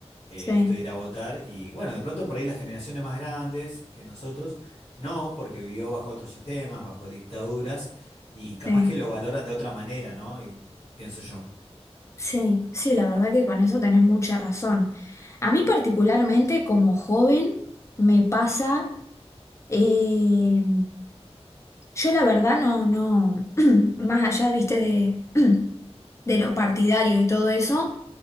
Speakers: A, on the left; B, on the left.
A: eh,
B: Sí,
A: esto de ir a votar, y bueno, de pronto por ahí las generaciones más grandes que nosotros, no, porque vivió bajo otros sistemas, bajo dictaduras, y capaz
B: sí,
A: que lo valoran de otra manera, ¿no? Y pienso yo.
B: sí, sí, la verdad que con eso tenés mucha razón. A mí particularmente como joven me pasa Eh, yo la verdad no, no, <clears throat> más allá, viste, de, <clears throat> de lo partidario y todo eso,